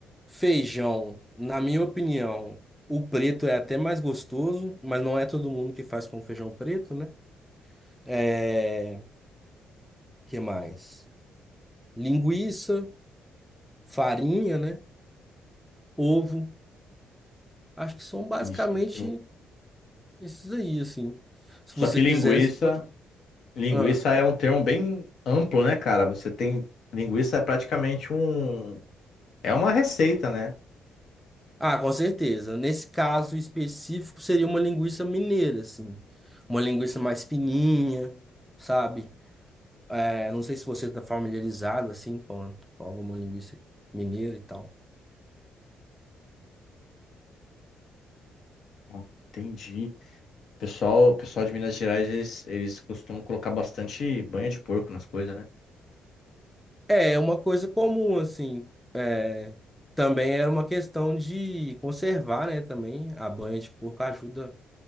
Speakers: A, in the centre; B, on the left.
A: feijão. Na minha opinião, o preto é até mais gostoso, mas não é todo mundo que faz com feijão preto, né? É, que mais? Linguiça, farinha, né? Ovo. Acho que são basicamente
B: isso, tem que ter. o-
A: Esses aí, assim. Se
B: Só
A: você
B: que linguiça,
A: quisesse, pode.
B: linguiça
A: Ah,
B: é um termo bem amplo, né, cara? Você tem, linguiça é praticamente um, é uma receita, né?
A: ah, com certeza. Nesse caso específico, seria uma linguiça mineira, assim. Uma linguiça mais fininha, sabe? É, não sei se você está familiarizado, assim, com, com alguma linguiça mineira e tal.
B: Ah, Entendi. Pessoal, pessoal de Minas Gerais, eles, eles costumam colocar bastante banha de porco nas coisas, né?
A: É, é uma coisa comum, assim. É, também era uma questão de conservar, né? Também a banha de porco ajuda